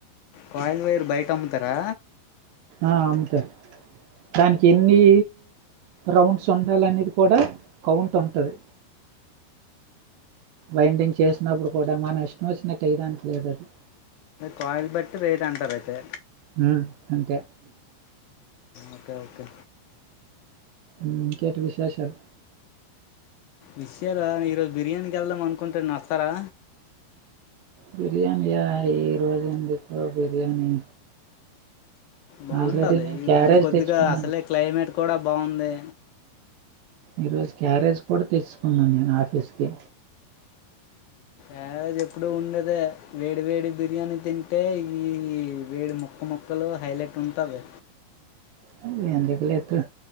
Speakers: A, on the left; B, on the right.
A: కాయిల్ వైర్ బయట అమ్ముతారా
B: ఆ అంతే దానికి ఎన్ని రౌండ్స్ ఉండాలనేది కూడా కౌంట్ ఉంటది వైండింగ్ చేసినప్పుడు కూడా మన ఇష్టం వచ్చినట్టు ఎయ్యడానికి లేదు అది
A: కాయిలు బట్టి వేయడి అంటార అయితే
B: ఉమ్, అంతే
A: ఓకే ఓకే
B: ఇంకేటి విశేషాలు
A: విషయాల నే ఈరోజు బిర్యానీకి వెళ్దాం అనుకుంటున్న వస్తారా
B: బిర్యానియా ఈ రోజు ఎందుకో బిర్యానీ
A: బాంటది
B: ఆల్రెడీ నేను
A: ఈ రోజు
B: క్యారేజ్
A: కొద్దిగా
B: తెచ్చుకున్నాను
A: అసలే క్లైమేట్ కూడా బాగుంది
B: ఈరోజు క్యారేజ్ కూడా తెచ్చుకున్నాను నేను ఆఫీస్ కి
A: క్యారేజ్ ఎప్పుడుూ ఉండేదే వేడి వేడి బిర్యానీ తింటే ఈ వేడి మొక్క మొక్కలు హైలైట్ ఉంటది
B: అ అందుకులేక్క